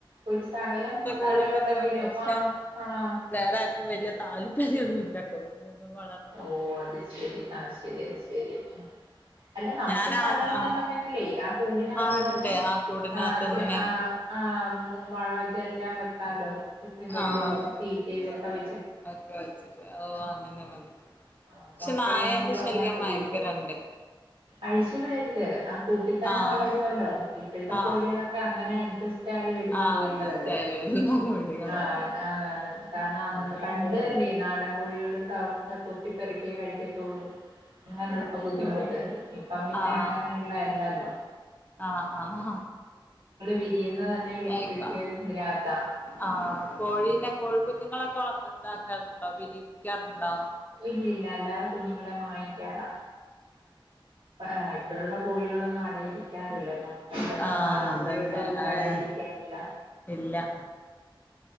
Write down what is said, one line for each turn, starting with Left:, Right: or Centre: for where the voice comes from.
Right: ഒരു സകലം സ്ഥലോണ്ടെങ്കിലലോ
Left: കൂടെ തന്നെ മതി പക്ഷെ
Right: ആഹ് ആഹ്
Left: വേറെ ആർക്കും വല്ല്യ താല്പര്യന്നും ഇല്ലട്ടോ ഇഞ്ഞൊന്നും വളർ
Right: ഓഹ് അത്ശരി അത്ശരി അത്ശരി അല്ല നമുക്ക്
Left: ഞാൻ
Right: സ്ഥലോന്നുണ്ടെങ്കി
Left: ആ ആഹ്
Right: <unintelligible> ആ കൂടിനാത്ത്
Left: ആഹ് ഉണ്ട്
Right: തന്നെ
Left: ആ കൂടിനകത്തന്നെ
Right: രാത്രി ആഹ് ആഹ് ഉമ്മുമഴയിതെല്ലാം വെക്കാലോ കിറ്റ് വെള്ളും
Left: ആഹ്
Right: തീറ്റയും ഒക്കെ വെ
Left: ഒക്കെ അയ്ച്ചിട്ട് ഓഹ് അങ്ങനെ മതി
Right: ആഹ്
Left: ക്ഷെ
Right: മൊട്ടയുണ്ടെങ്കിലും
Left: നായേന്റെ
Right: അതിനകത്ത്
Left: ശല്യം ഭയങ്കരെണ്ട്
Right: വീഴും അഴിച്ചു വിടരുത് ആ കൂട്ടിത്തന്നെ
Left: ആഹ്
Right: വളരുവല്ലോ ഇപ്പഴത്തെ കോഴികളൊക്കെ
Left: ആഹ്
Right: അങ്ങനെ അഡ്ജസ് റ്റായി വരുന്ന
Left: ആഹ്
Right: കോഴികളല്ലേ
Left: അഡ്ജസ്റ്റ് ആയി വരുന്ന കോഴികളാണ്
Right: ആഹ് ആന്ന് ആന്ന് കാരണം അന്ന് പണ്ട് അല്ലേ നാടൻ കോഴികള് ത കൊത്തിപ്പെറക്കി കഴിക്കത്തുള്ളൂ അങ്ങനുള്ള ബുദ്ധിമുട്ട് ഇപ്പം പിന്നെ
Left: ആഹ്
Right: അങ്ങനേ ള്ള എല്ലല്ലൊ
Left: ആഹ് ആഹ്
Right: വിരിയുന്നത് തന്നെ ഇലക്ട്രിക്
Left: ഏക്ക
Right: ഇതിനകത്താ
Left: ആഹ് കോഴീനെ കോഴിക്കുഞ്ഞുങ്ങളൊക്കെ ഇതാക്കാറുണ്ടോ വിരീപ്പിക്കാറുണ്ടോ
Right: ഇല്ലില്ല അല്ലാതെ കുഞ്ഞുങ്ങളെ മാങ്ങിക്കാറാ ആഹ് ഇപ്പഴുള്ള കോഴികളൊന്നും അടയിരിക്കാറില്ലല്ലോ പണ്ടത്തെ
Left: ആഹ്
Right: നാടൻ കോഴികളുടെ
Left: അതന്നെ
Right: കൂട്ട്
Left: ഏഹ്
Right: അടയിരിക്കാറില്ല
Left: ഇല്ല